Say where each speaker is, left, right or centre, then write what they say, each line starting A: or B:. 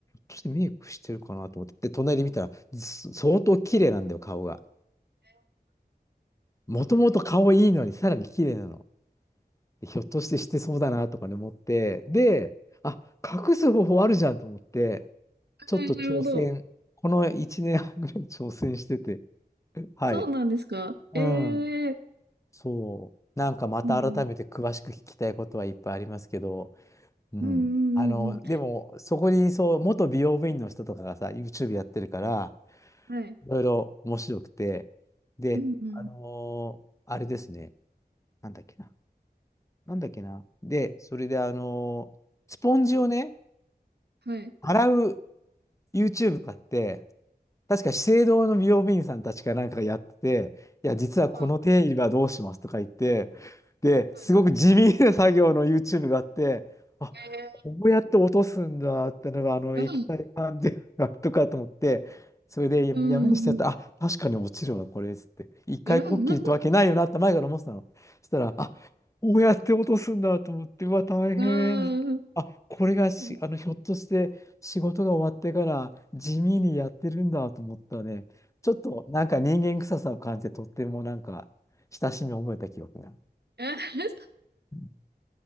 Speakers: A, on the left; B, on the right.
A: としてメイクしてるかなと思って、で、隣で見たら、す相当綺麗なんだよ、顔が。
B: <laughs>
A: もともと顔いいのに、さらに綺麗なの。でひょっとしてしてそうだなとかね、思って、で、あ、隠す方法あるじゃんと思って、
B: あなるほど。
A: ちょっと挑戦、この1年半ぐらい挑戦してて、はい。
B: そうなんですか。ええ
A: うん、そう。なんかまた改めて詳しく聞きたいことはいっぱいありますけど、
B: うん
A: うん。
B: うんうんうんうんうん。
A: あの、でも、そこにそう、元美容部員の人とかがさ、YouTube やってるから、
B: はい。
A: いろいろ面白くて、で、
B: うんうん。
A: あのーあれですね、なんだっけな、なんだっけな、で、それで、あのースポンジをね、
B: はい。
A: 洗う YouTube があって、確か資生堂の美容部員さんたちかなんかがやってて、いや、実はこの定理はどうしますとか言って、
B: は
A: で、
B: はい。
A: すごく地味な作業の YouTube があって、あ、
B: え
A: こうやって落とすんだってのが、あの液体感でとかと思って、
B: えうん
A: それでややめにしてやったら、
B: うんうん。
A: あ、確かに落ちるわ、これっつって。一回こっきりってわけないよなって前から思ってたの。
B: うんうん
A: そしたら、あ、こうやって落とすんだと思って、うわ、大変。
B: うん。
A: あ、これがし、
B: <laughs>
A: あの、ひょっとして、仕事が終わってから地味にやってるんだと思ったね。ちょっとなんか人間臭さを感じてとってもなんか親しみを覚えた記憶が。
B: あ
A: うん